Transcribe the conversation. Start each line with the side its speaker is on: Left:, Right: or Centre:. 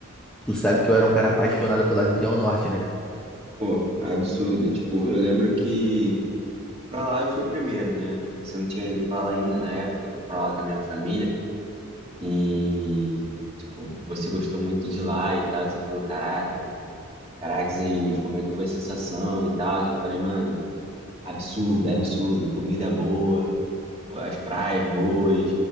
Centre: Tu sabe que eu era um cara apaixonado pela região norte, né?
Right: Pô, absurdo. Tipo, eu lembro que pra lá eu fui primeiro, né? Você não tinha ido pra lá ainda na época, eu fui pra lá com a minha família e tipo, você gostou muito de lá e tal, e falou, caraca, caracas, e como é que foi a sensação e tal? E eu falei, mano, absurdo, absurdo, comida boa as praias boas,